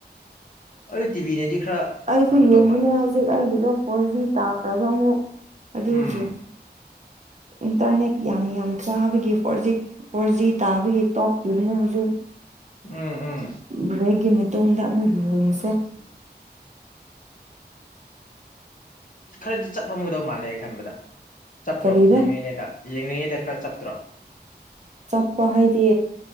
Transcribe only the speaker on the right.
ꯑꯩꯁꯨ
ꯌꯦꯡꯃꯤꯅꯦ
ꯍꯧꯖꯤꯛ ꯑꯩꯒꯤꯗꯣ ꯐꯣꯔ ꯖꯤ ꯇꯥꯈ꯭ꯔꯕ ꯑꯃꯨꯛ ꯑꯗ ꯃ
ꯏꯟꯇꯔꯅꯦꯠ ꯌꯥꯝ ꯌꯥꯝ ꯆꯥꯕꯒꯤ ꯐꯣꯔ ꯖꯤ ꯐꯣꯔ ꯖꯤ ꯇꯥꯕꯒꯤ ꯇꯣꯛꯈꯤꯕꯅꯦ ꯍꯧꯖꯤꯛ
ꯕ꯭ꯔꯦꯛꯀꯤ ꯃꯇꯨꯡꯗ ꯑꯃꯨꯛ ꯌꯦꯡꯁꯦ
ꯀꯔꯤꯕ
ꯆꯞꯄ ꯍꯥꯏꯗꯤ